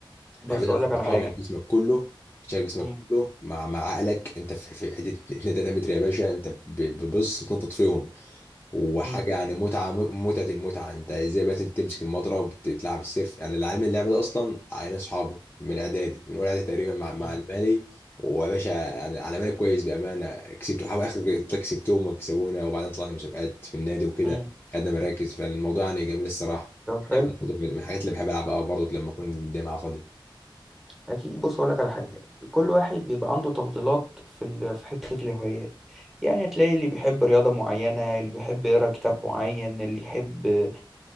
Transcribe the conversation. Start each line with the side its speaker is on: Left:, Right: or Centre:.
Centre: بس
Left: اللعبه دي
Centre: أقول
Left: بتشغل
Centre: لك على حاجة
Left: اه جسمك كله بتشغل جسمك
Centre: م-
Left: كله مع مع عقلك انت في في حته 2 3 متر يا باشا انت ب- بتبص وتنطط فيهم وحاجه
Centre: م-
Left: يعني متعه م- متعه المتعه انت ازاي بقى تمسك المضرب تلعب السيرف يعني اللي علمني اللعبه ده اصلا عيال اصحابي من اعدادي من اول اعدادي تقريبا مع مع
Centre: م-
Left: المالي ويا باشا يعني على مالي كويس بامانه كسبت حاول اخر كسبتهم وكسبونا وبعدين طلعنا مسابقات في النادي وكده
Centre: م.
Left: خدنا مراكز فالموضوع يعني جميل الصراحه
Centre: طب حلو
Left: اللعبة برضه من من الحاجات اللي بحب العبها برضه لما اكون الجامعه فاضي
Centre: اكيد بص اقول لك على حاجه كل واحد بيبقى عنده تفضيلات في ال... في حته الهوايات يعني هتلاقي اللي بيحب رياضه معينه اللي بيحب يقرا كتاب معين اللي يحب آه،